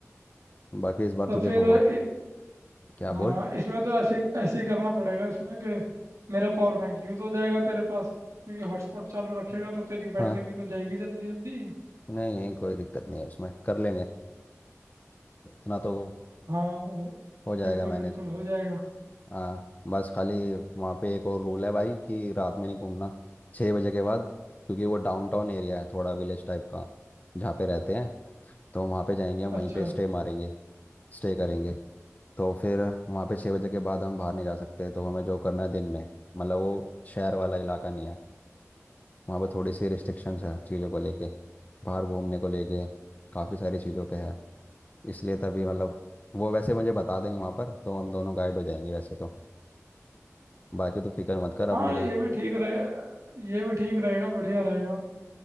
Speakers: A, on the left; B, on the right.
A: बाकी इस बार
B: तो
A: तुझे
B: फिर
A: घुमा
B: इ,
A: क्या
B: हाँ
A: बोल
B: इसमें तो ऐसे ऐसे ही करना पड़ेगा इसमें कि मेरा पावर बैंक यूज़ हो जाएगा तेरे पास क्योंकि हॉटस्पॉट चालू रखेगा तो तेरी
A: हाँ
B: बैटरी भी तो जाएगी जल्दी जल्दी
A: नहीं नहीं कोई दिक्कत नहीं है उसमें कर लेंगे इतना तो
B: हाँ वो
A: हो जाएगा
B: बिल्कुल
A: मैनेज
B: बिल्कुल हो जाएगा
A: हाँ बस खाली वहाँ पे एक और रूल है भाई कि रात में नहीं घूमना छः बजे के बाद क्योंकि वो डाउनटाउन एरिया है थोड़ा विलेज टाइप का जहाँ पे रहते हैं तो वहाँ पे जाएंगे हम वहीं
B: अच्छा
A: पे स्टे मारेंगे स्टे करेंगे तो फिर वहाँ पे छः बजे के बाद हम बाहर नहीं जा सकते तो हमें जो करना है दिन में मतलब वो शहर वाला इलाका नहीं है वहाँ पे थोड़ी सी रिस्ट्रिक्शंस है चीज़ों को लेके बाहर घूमने को लेके काफ़ी सारी चीज़ों पे है इसलिए तभी मतलब वो वैसे मुझे बता देंगे वहाँ पर तो हम दोनों गाइड हो जाएंगे वैसे तो बाकी तू फिक्र मत कर
B: हाँ
A: अपने घर
B: ये भी ठीक रहे ये भी ठीक रहेगा बढ़िया रहेगा